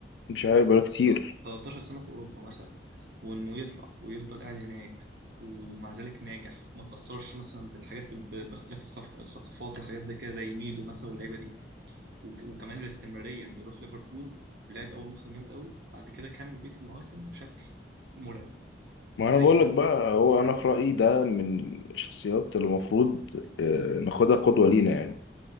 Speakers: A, on the left (about 75°); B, on the right (about 60°).
A: مش عارف بقاله كتير
B: تلت- 13 سنة في اوروبا مثلا وانه يطلع ويفضل قاعد هناك ومع ذلك ناجح وما تأثرش مثلا بالحاجات ال- ب- باختلاف الصف- الثقافات وحاجات زي كده زي ميدو مثلا واللعيبة دي وك- وكمان الاستمرارية انه يروح ليفربول لعب اول موسم جامد قوي بعد كده كمل بقية المواسم بشكل مرعب
A: ما
B: زي
A: انا بقول
B: ما
A: لك
B: هو
A: بقى هو انا في رأيي ده من الشخصيات اللي المفروض آه، ناخدها قدوة لينا يعني